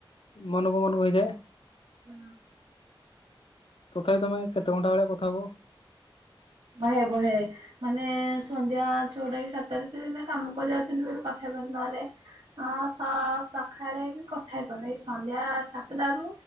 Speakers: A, on the left (about 75°); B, on the right (about 90°).
A: ମନକୁ ମନ ବହିଯାଏ।
B: ହୁଁ।
A: ତଥାପି ତମେ କେତେ ଘଣ୍ଟା ବେଳେଆ କଥା ହୁଅ।
B: ବହେ ବହେ ମାନେ ସନ୍ଧ୍ୟା ଛଅଟା କି ସାତଟାରେ ସେନା କାମ କରି ଯାଉଛନ୍ତି ବୋଲିୋଇିଲ ପାଖ ଯଦି ନହେଲେ। ହଁ ସ ସକାଳେ ବି କଥା ହେଇପାରୁନି ଏଇ ସନ୍ଧ୍ୟା ସାତଟାରୁ